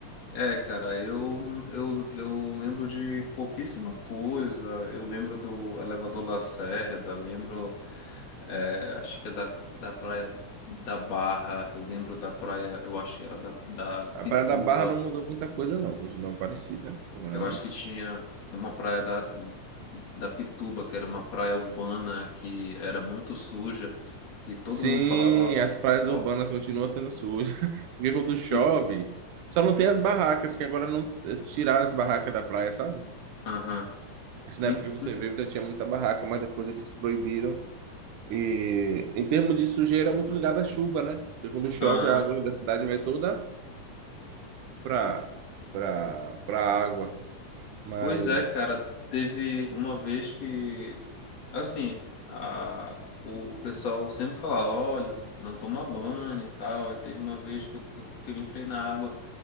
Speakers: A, on the left; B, on the right.
A: É, cara, eu, eu, eu lembro de pouquíssima coisa. Eu lembro do Elevador Lacerda, lembro, é, acho que é da, da Praia da Barra, eu lembro da praia, eu acho que era da, da
B: A
A: Pituba.
B: Praia da Barra não mudou muita coisa, não, continua parecida como era
A: Eu acho
B: antes.
A: que tinha uma praia da, da Pituba, que era uma praia urbana que era muito suja, que todo
B: Sim,
A: mundo falava,
B: as praias
A: ó,
B: urbanas continuam sendo sujas, <laughs> porque quando chove,
A: que,
B: só não tem as barracas, que agora não eh, tiraram as barracas da praia, sabe?
A: aham,
B: Acho que na
A: ent-
B: época que você
A: ent-
B: veio ainda tinha muita barraca, mas depois eles proibiram E em termos de sujeira, é muito ligado à chuva, né? Porque quando chove,
A: aham.
B: a água da cidade vai toda para para para água. Mas
A: Pois é, cara, teve uma vez que, assim, a, o pessoal sempre falava, olha, não toma banho e tal, aí teve uma vez que eu, que eu que eu entrei na água,